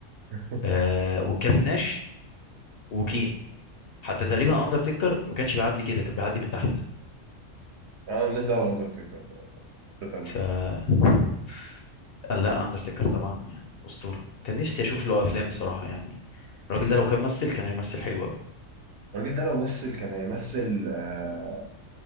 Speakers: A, on the right; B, on the left.
A: <laughs>
B: آه والكافن ناش وكين حتى تقريبا اندرتيكر ما كانش بيعدي كده كان بيعدي من تحت
A: يعني مالناش دعوة باندرتيكر حتة تانية
B: ف <laughs> قال لا اندرتيكر طبعا يعني اسطورة كان نفسي اشوف له افلام بصراحة يعني الراجل ده لو كان ممثل كان هيمثل حلو قوي
A: الراجل ده لو مثل كان هيمثل آه،